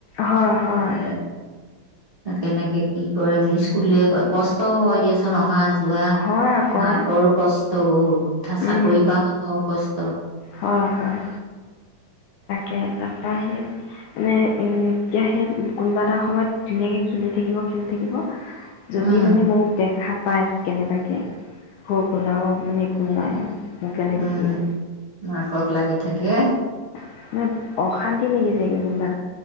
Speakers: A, on the left (about 80°); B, on the right (about 25°).
A: হয় হয়
B: এ কেনেকে কি কৰে স্কুলে কষ্টও হয় দিয়া অহা যোৱা
A: হয় আকৌ
B: মাকৰো কষ্ট কষ্ট বহুত। থা, চাকৰি
A: উম
B: কৰা মানুহৰ আৰু কষ্ট।
A: হয়, হয়। এয়া। তাৰপৰা হেই, মানে এতিয়া হেই কোনোবা এটা সময়ত ধুনীয়াকৈ খেলি থাকিব, খেলি থাকিব যদি
B: উম
A: মানে মোক দেখা পায় কেনেবাকে সৌ গোলাও মানে <unintelligible>
B: উম।
A: থাকিব
B: মাকক লাগি থাকে।
A: <inaudible> অশান্তি লাগি যায়গৈ কোনবা